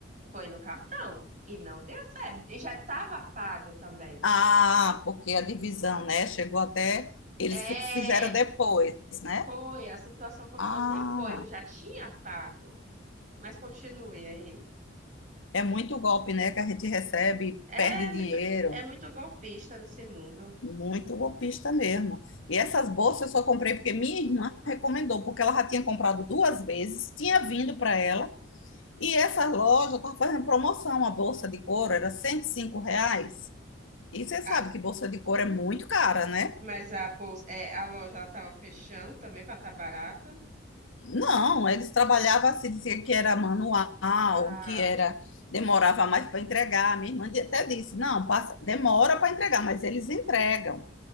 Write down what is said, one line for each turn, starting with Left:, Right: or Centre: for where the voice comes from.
Right: Foi no cartão e não deu certo. E já estava pago também.
Left: Ah, porque a divisão, né? Chegou até. Eles
Right: É,
Left: fi- fizeram depois, né?
Right: Foi, a situação aconteceu
Left: Ah,
Right: depois, eu já tinha pago. Mas continue aí.
Left: É muito golpe, né, que a gente recebe,
Right: É
Left: perde dinheiro.
Right: muito, é muito golpista nesse mundo.
Left: Muito golpista mesmo. E essas bolsas eu só comprei porque minha irmã recomendou, porque ela já tinha comprado duas vezes, tinha vindo para ela, e essa loja estavam fazendo promoção. A bolsa de couro era 105 reais. E você
Right: Ah,
Left: sabe que bolsa de couro é muito cara, né?
Right: mas a bolsa, é, a loja ela estava fechando também para estar barata.
Left: Não, eles trabalhavam assim, dizia que era manual,
Right: Ah,
Left: que era demorava mais para entregar. Minha irmã até disse: não, passa, demora para entregar, mas eles entregam.